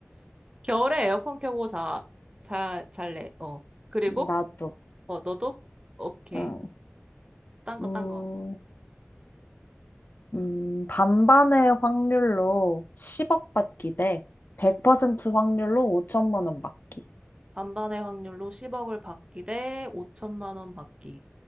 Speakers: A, on the right; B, on the left.
A: 겨울에 에어컨 켜고 자, 자, 잘래. 어. 그리고,
B: 나도.
A: 어, 너도? 오케이.
B: 응.
A: 딴 거,
B: 음,
A: 딴 거.
B: 음, 반반의 확률로 10억 받기 대 100% 확률로 5천만 원 받기.
A: 반반의 확률로 10억을 받기 대 5천만 원 받기.